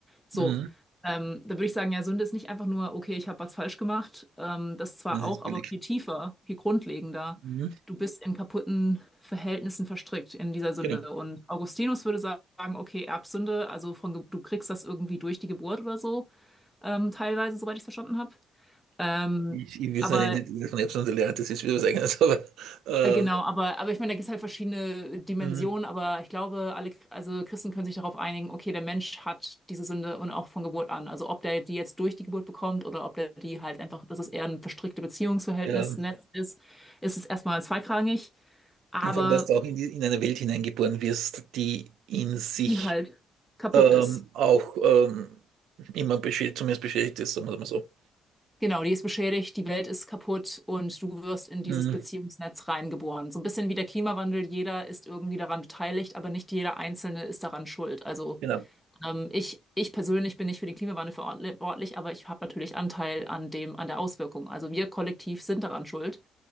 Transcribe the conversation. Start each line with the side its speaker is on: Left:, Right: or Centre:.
Centre: So,
Right: Mhm.
Centre: ähm, da würde ich sagen, ja, Sünde ist nicht einfach nur, okay, ich habe was falsch gemacht. Ähm, das zwar
Right: Das
Centre: auch,
Right: ist
Centre: aber
Right: billig.
Centre: viel tiefer, viel grundlegender.
Right: Mhm.
Centre: Du bist in kaputten Verhältnissen verstrickt in dieser Sünde.
Right: Genau.
Centre: Und Augustinus würde sagen, okay, Erbsünde, also von, Ge- du kriegst das irgendwie durch die Geburt oder so, ähm, teilweise, soweit ich es verstanden habe. Ähm,
Right: Ich, ich will
Centre: aber
Right: es nicht von Erbsünde lernen, das ist wieder was Eigenes, <laughs> aber ähm,
Centre: Äh, Genau, aber, aber ich meine, da gibt es halt verschiedene Dimensionen,
Right: mhm.
Centre: aber ich glaube, alle, also Christen können sich darauf einigen, okay, der Mensch hat diese Sünde und auch von Geburt an. Also ob der die jetzt durch die Geburt bekommt oder ob der die halt einfach, dass es eher ein verstrickte Beziehungsverhältnis,
Right: ja.
Centre: Netz ist, ist es erstmal zweitrangig, aber
Right: Und vor allem, dass du auch in, die, in eine Welt hineingeboren wirst, die in sich
Centre: die halt kaputt
Right: ähm,
Centre: ist.
Right: auch ähm, immer beschäftigt, zumindest beschäftigt ist, sagen wir mal so.
Centre: Genau, die ist beschädigt, die Welt ist kaputt und du wirst in
Right: Mhm.
Centre: dieses Beziehungsnetz reingeboren. So ein bisschen wie der Klimawandel, jeder ist irgendwie daran beteiligt, aber nicht jeder Einzelne ist daran schuld. Also
Right: Genau,
Centre: Ähm, ich, ich persönlich bin nicht für den Klimawandel verantwortlich, aber ich habe natürlich Anteil an dem, an der Auswirkung. Also wir kollektiv sind daran schuld,